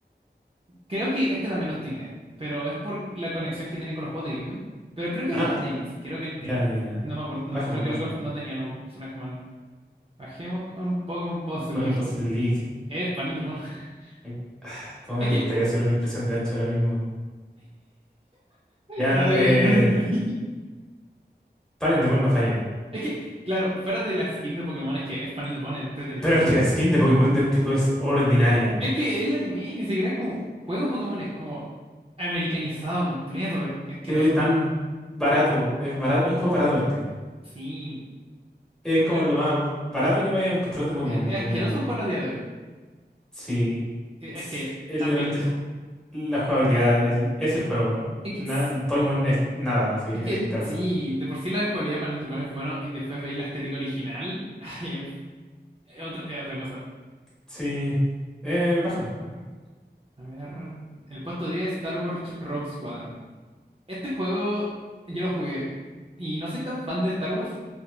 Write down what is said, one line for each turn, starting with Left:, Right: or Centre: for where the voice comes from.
Right: creo que este también los tiene, pero es por la conexión que tienen con los juegos de Game Boy. Pero creo que
Centre: Ah,
Right: es el tenis, creo que el tenis.
Centre: ya,
Right: No,
Centre: ya, ya.
Right: no me acuerdo,
Centre: Bajemos,
Right: no, creo que
Centre: bajemos.
Right: el golf no tenía los personajes humanos. Bajemos con Pokémon Puzzle
Centre: Pongan Puzzle
Right: <laughs>
Centre: League.
Right: Es panel de Pokémon. <laughs>
Centre: Eh, <sighs> ah, Cómo
Right: Es
Centre: me
Right: que,
Centre: gustaría hacer una impresión de H ahora mismo. Ya,
Right: no lo
Centre: eh.
Right: hagáis, no lo <laughs> hagáis.
Centre: Talent Demon no falla.
Right: Es que, claro, fuera de la skin de Pokémon, es que es panel de Pokémon, es entretenidísimo.
Centre: Pero es que la skin de Pokémon de este juego es ordinaria.
Right: Es que el anime ni siquiera es como juego Pokémon, es como americanizado completo, es asqueroso.
Centre: Se ve tan barato. Es barato. Es un juego barato este.
Right: Sí,
Centre: Es como
Right: pero
Centre: lo más barato que vaya a encontrar de Pokémon.
Right: es, es
Centre: Como.
Right: asqueroso jugarlo a día de hoy.
Centre: Sí.
Right: E- Es que
Centre: Es
Right: también,
Centre: literalmente el la jugabilidad el- es el juego.
Right: es
Centre: Na-
Right: que, sí-
Centre: el Pokémon es nada, así, en
Right: es que
Centre: esta cosa.
Right: sí, de por sí la cualidad de panel te pone bueno y después veis la estética original, <laughs> ay, es, es otro- es otra cosa.
Centre: Sí. Eh, bajemos. bajemos.
Right: A ver, el puesto diez Star Wars Rogue Squadron. Este juego yo lo jugué y no soy tan fan de Star Wars,